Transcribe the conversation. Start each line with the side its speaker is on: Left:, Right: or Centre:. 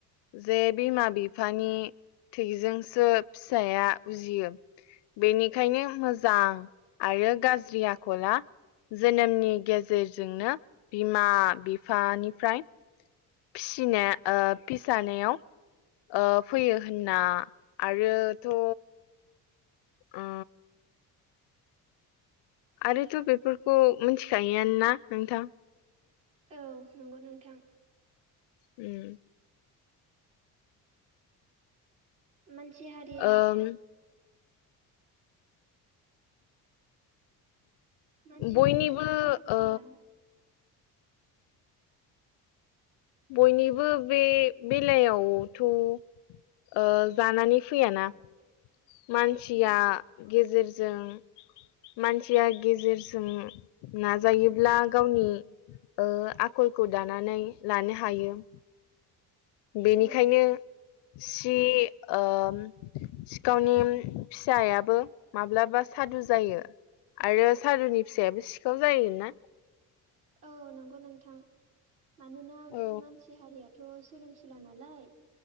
Left: जे बिमा बिफानि थैजोंसो फिसाया उजियो बेनिखायनो मोजां आरो गाज्रि आखला जोनोमनि गेजेर बिमा बिफानिफ्राय फिसिनो ओ फिसानायाव ओ फैयो होनना आरोथ' अ आरोथ' बेफोरखौ मिथिखायोआनोना नोंथां
Right: औ नंगौ नोंथां।
Left: उम
Right: मानसि हारिया
Left: ओम
Right: मानसि
Left: बयनिबो
Right: हारियाथ' सोलों
Left: ओ
Right: सोला
Left: बयनिबो बे बेलायावथ' ओ जानानै फैयाना मानसिया गेजेरजों मानसिया गेजेरजों नाजायोब्ला गावनि ओ आखलखौ दानानै लानो हायो। बेनिखायनो
Right: औ
Left: सि ओ सिखावनि फिसायाबो माब्लाबा सादु जायो। आरो सादुनि फिसायाबो सिखाव जायोनो ना।
Right: औ नंगौ नोंथां मानोना
Left: औ
Right: मानसि हारियाथ सोलोंसुला नालाय।